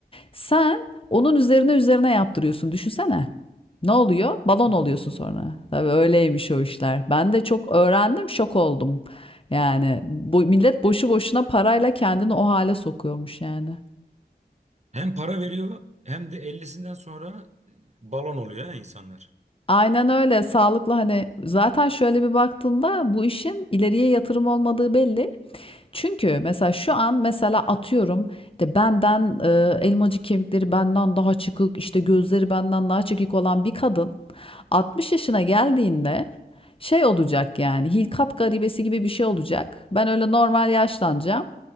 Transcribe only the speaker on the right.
Abo.
Hem para veriyor hem de 50'sinden sonra e, balon oluyor ya insanlar.